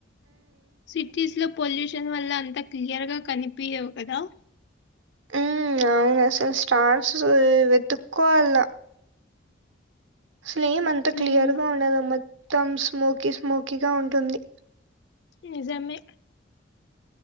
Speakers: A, on the left; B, on the right.
A: సిటీస్లో పొల్యూషన్ వల్ల అంతా క్లియర్గా కనిపియవు కదా
B: ఉమ్ అవును అసలు స్టార్స్ వెతుక్కోల అసలేం అంత
A: హ్మ్.
B: క్లియర్గా ఉండదు మొత్తం స్మోకీ స్మోకీగా ఉంటుంది
A: నిజమే